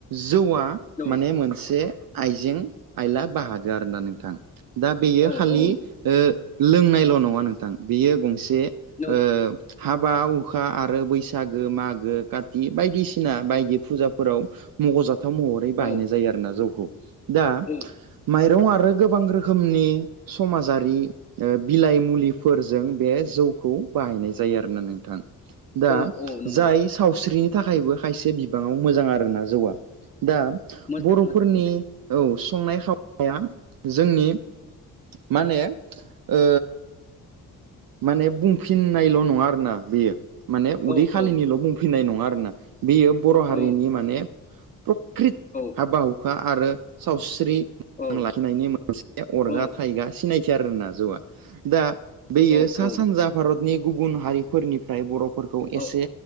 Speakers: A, on the right; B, on the left.
A: जौआ
B: नंगौ
A: माने मोनसे आइजें आइला बाहागो आरोना नोंथां। दा बेयो
B: औ
A: खालि
B: औ
A: ओ लोंनायल नङा नोंथां बियो गंसे
B: औ
A: ओ हाबा हुखा आरो बैसागो मागो काति बायदिसिना बायदि फुजाफोराव मखजाथ थाव महरै बाहायनाय
B: औ
A: जायो आरोना जौखौ। दा
B: औ
A: माइरं आरो गोबां रो रोखोमनि समाजारि ओ बिलाइ मुलिफोरजों बे जौखौ बाहायनाय जायो आरोना नोंथां। दा
B: औ औ नंगौ
A: जाय सावस्रि बेनि थाखायबो खायसे बिबाङाव मोजां आरोना जौवा । दा
B: मोजां
A: बरफोरनि
B: मोजां
A: औ संनाय खावाया जोंनि माने ओ माने बुंफिननायल नङा आरोना बेयो । माने
B: मोजां
A: उदै
B: औ
A: खालिनिल
B: औ
A: बुंफिननाय नङा मा आरोना बेयो बर हारिनि
B: औ
A: माने । प्रक्रित
B: औ
A: हाबा हुखा आरो सावस्रि
B: औ
A: <unintelligible> लाखिनायनि मोनसे - अरगा
B: औ
A: थायगा सिं नायसै आरोना जौआ दा बेयो
B: औ
A: सा
B: औ
A: सानजा भारत नि गुबुन हारिफोरनिफ्राय बर' फोरखौ
B: औ
A: एसे